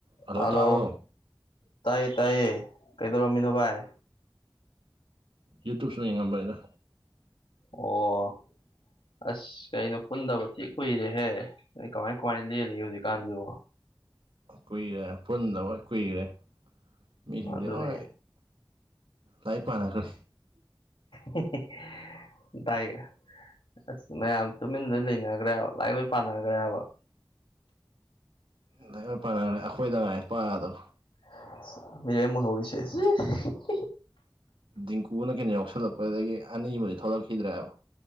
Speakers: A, on the right; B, on the left.
A: hello
B: hello
A: ꯇꯥꯕ꯭ꯔꯣ
B: ꯇꯥꯏꯌꯦ ꯇꯥꯏꯌꯦ ꯀꯩꯗꯧꯔꯝꯃꯤꯅꯣ ꯚꯥꯏ
A: ꯌꯨ ꯇꯨ ꯁꯨꯝ ꯌꯦꯉꯝꯕꯅꯤꯗ
B: ꯑꯣ ꯑꯁ ꯀꯩꯅꯣ ꯄꯨꯟꯗꯕ ꯊꯤ ꯀꯨꯏꯔꯦꯍꯦ ꯑꯩ ꯀꯃꯥꯏ ꯀꯃꯥꯏꯅ ꯂꯦꯜꯂꯤꯒꯦ ꯍꯧꯖꯤꯛꯀꯥꯟꯁꯤꯕꯣ
A: ꯀꯨꯏꯔꯦ ꯄꯨꯟꯗꯕ ꯀꯨꯏꯔꯦ ꯃꯤꯁꯤꯡꯁꯦ
B: ꯑꯗꯨꯅꯤ
A: ꯍꯣꯏ ꯂꯥꯏꯛ ꯄꯥꯟꯅꯈ꯭ꯔꯦ
B: ꯍꯤ ꯍꯤ ꯗꯥꯏ ꯑꯁ ꯃꯌꯥꯝ ꯇꯨꯃꯤꯟ ꯂꯣꯏ ꯂꯩꯅꯈ꯭ꯔꯦꯕ ꯂꯥꯏ ꯂꯣꯏ ꯄꯥꯟꯅꯈ꯭ꯔꯦꯕ
A: ꯂꯣꯏ ꯄꯥꯟꯅꯈ꯭ꯔꯦ ꯑꯩꯈꯣꯏꯗ ꯉꯥꯏ ꯄꯥꯗꯣ
B: ꯍ ꯍꯧꯁꯦ ꯁꯤ꯭ꯐ <unintelligible>
A: ꯗꯤꯡꯀꯨꯅ ꯀꯩꯅꯣ ꯌꯥꯎꯁꯜꯂꯛꯄꯗꯒꯤ ꯑꯅꯤ ꯑꯃꯗꯤ ꯊꯣꯛꯂꯛꯈꯤꯗ꯭ꯔꯦꯕ